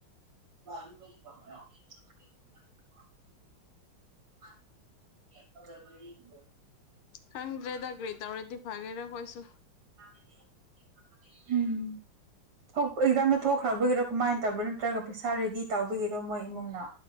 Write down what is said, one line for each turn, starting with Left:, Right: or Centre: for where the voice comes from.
Right: <inaudible> <unintelligible>
Left: ꯈꯪꯗ꯭ꯔꯦꯗ ꯀꯔꯤ ꯇꯧꯔꯗꯤ ꯐꯒꯦꯔꯥ ꯀꯣꯏꯁꯨ
Right: <inaudible> ꯎꯝ ꯊꯣꯛ ꯑꯦꯛꯖꯥꯝꯗ ꯊꯣꯛꯈ꯭ꯔꯕꯒꯤꯔꯣ ꯀꯃꯥꯏꯅ ꯇꯧꯕ꯭ꯔꯥ ꯅꯠꯇ꯭ꯔꯒ ꯄꯩꯁꯥ ꯔꯦꯗꯤ ꯇꯧꯕꯒꯤꯔꯣ ꯃꯣꯏ ꯏꯃꯨꯡꯅ